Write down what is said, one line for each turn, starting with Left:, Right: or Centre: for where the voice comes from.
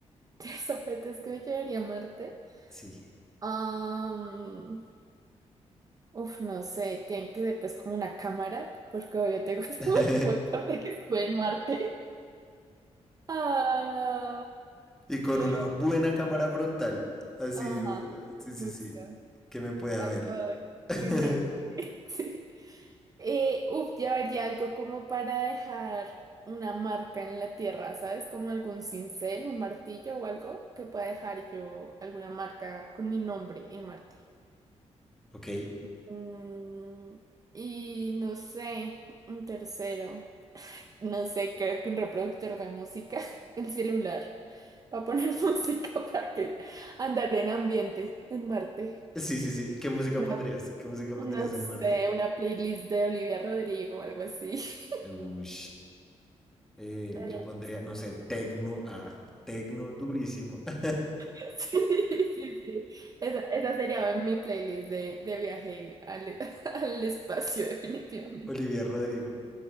Right: Tres objetos que me llevaría a Marte.
Centre: Sí.
Right: Am, uf, no sé, tienen que ser pues como una cámara, porque obvio tengo <laughs>
Centre: <laughs>
Right: todo el motor de que estuve en Marte. Ah,
Centre: y con
Right: luego,
Centre: una buena cámara frontal. Así,
Right: ajá,
Centre: sí, sí,
Right: justo.
Centre: sí. Que me pueda
Right: Algo
Centre: ver. <laughs>
Right: que me... <laughs> Sí. Eh, uf, llevaría algo como para dejar una marca en la tierra, ¿sabes? Como algún cincel, un martillo o algo que pueda dejar yo alguna marca con mi nombre en Marte.
Centre: Ok.
Right: Mm, y no sé, un tercero. No sé, creo que un reproductor de música, <laughs> el celular, para poner <laughs> música para que andar en ambiente en Marte.
Centre: Sí, sí, sí. ¿Y qué música
Right: Una-
Centre: pondrías? ¿Qué música
Right: no
Centre: pondrías en
Right: sé,
Centre: Marte?
Right: una playlist de Olivia Rodrigo o algo así. <laughs>
Centre: Uy. Eh,
Right: Estaría-
Centre: yo pondría, no sé, tecno a tecno durísimo. <laughs>
Right: <laughs> Sí, sí, sí. Esa, esa sería mi playlist de, de viaje al, <laughs> al espacio, definitivamente.
Centre: Olivia Rodrigo.